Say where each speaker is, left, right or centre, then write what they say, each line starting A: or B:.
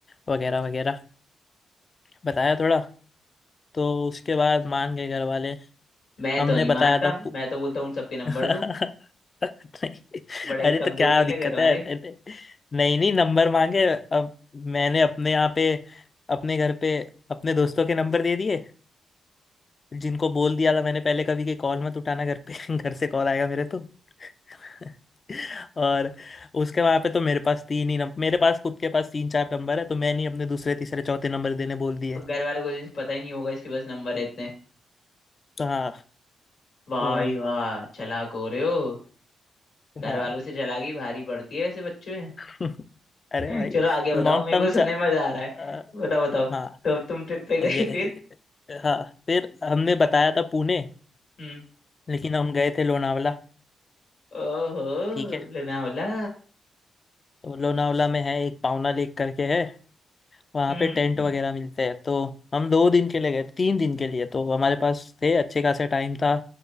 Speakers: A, on the left (about 40°); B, on the left (about 75°).
A: वगैरह वगैरह बताया थोड़ा तो उसके बाद मान गए घर वाले
B: मैं
A: हमने
B: तो नहीं
A: बताया
B: मानता
A: था
B: मैं तो बोलता हूँ उन सबके नंबर
A: <laughs>
B: दो
A: नहीं
B: बड़े
A: अरे तो
B: कमजोर
A: क्या
B: निकले
A: दिक्कत
B: घर
A: है
B: वाले
A: नहीं नहीं नंबर मांगे अब मैंने अपने यहाँ पे अपने घर पे अपने दोस्तों के नंबर दे दिए जिनको बोल दिया था मैंने पहले कभी कि कॉल मत उठाना घर पे <laughs> घर से कॉल आएगा मेरे तो <laughs> और उसके वहाँ पे तो मेरे पास तीन ही नंबर मेरे पास खुद के पास तीन चार नंबर है तो मैंने ही अपने दूसरे तीसरे चौथे नंबर देने बोल दिए
B: और घर वालों को भी पता ही नहीं होगा इसके पास नंबर है इतने
A: तो हाँ
B: वाह
A: तो
B: भाई वाह चालाक हो रहे हो घर
A: हाँ
B: वालों से चालाकी भारी पड़ती है ऐसे बच्चों में
A: <laughs> अरे
B: <laughs>
A: भाई
B: चलो आगे बताओ
A: लॉन्ग
B: मेरे
A: टर्म
B: को सुनने
A: चा
B: में मजा आ रहा है
A: अ,
B: बताओ बताओ
A: हाँ
B: तो तुम ट्रिप पे
A: तो
B: गए
A: ये
B: फिर
A: हाँ फिर हमने बताया था पुणे
B: हम्म
A: लेकिन हम गए थे लोनावला
B: ओहो
A: ठीक है
B: Lonavala
A: तो लोनावला में है एक पावना लेक करके है वहाँ
B: Hmm
A: पे टेंट वगैरह मिलते हैं तो हम दो दिन के लिए गए तीन दिन के लिए तो हमारे पास थे अच्छे खासे टाइम था